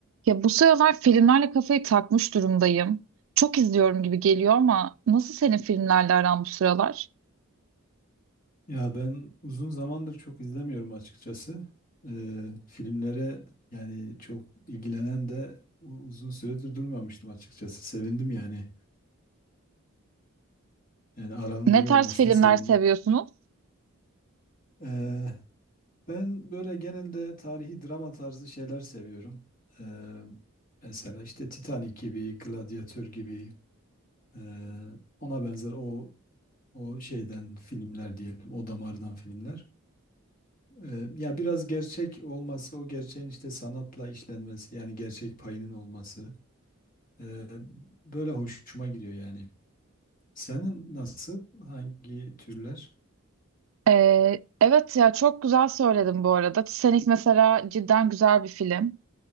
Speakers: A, on the right (about 70°); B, on the left (about 40°).
A: Ya bu sıralar filmlerle kafayı takmış durumdayım. Çok izliyorum gibi geliyor ama nasıl senin filmlerle aran bu sıralar?
B: Ya ben uzun zamandır çok izlemiyorum açıkçası. Ee, filmlere yani çok ilgilenen de u- uzun süredir durmamıştım açıkçası. Sevindim yani. Yani aranın
A: Ne
B: iyi
A: tarz
B: olmasına
A: filmler
B: sevindim.
A: seviyorsunuz?
B: Ee, ben böyle genelde tarihi drama tarzı şeyler seviyorum. Ee, mesela işte Titanic gibi, Gladiator gibi, ee, ona benzer o o şeyden filmler diyelim, o damardan filmler. Ee, Ya biraz gerçek olması, o gerçeğin işte sanatla işlenmesi, yani gerçek payının olması ee, böyle hoşuma gidiyor yani. Senin nasıl, hangi türler?
A: Ee, evet ya çok güzel söyledim bu arada. Titanic mesela cidden güzel bir film.